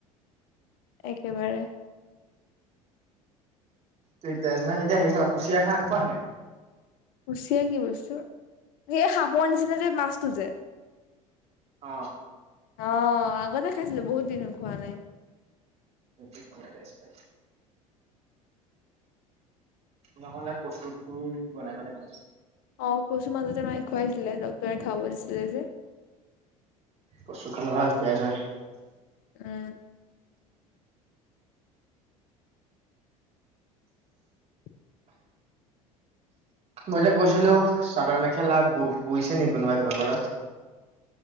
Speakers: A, on the left; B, on the right.
A: একেবাৰে।
B: সেই তেজ নাই যেতিয়া হেৰি খাবা, কুচিয়া খোৱা নাই?
A: কুচিয়া কি বস্তু, সেই সাপৰ নিচিনা যে মাছটো যে?
B: অ।
A: অ, আগতে খাইছিলো বহুত দিন খোৱা নাই।
B: <unintelligible> নহ'লে কচুৰ ঠোৰ বনাই পেলাই খাবা।
A: অ কচু মাজাতে মায়ে খুৱাইছিলে ডক্তৰে খাব দিছিলে যে।
B: কচু <unintelligible>
A: উম। <inaudible>
B: মই যে কৈছিলো চাদৰ-মেখেলা ব বৈছে নি কোনোবাই তোমালোকৰ তাত?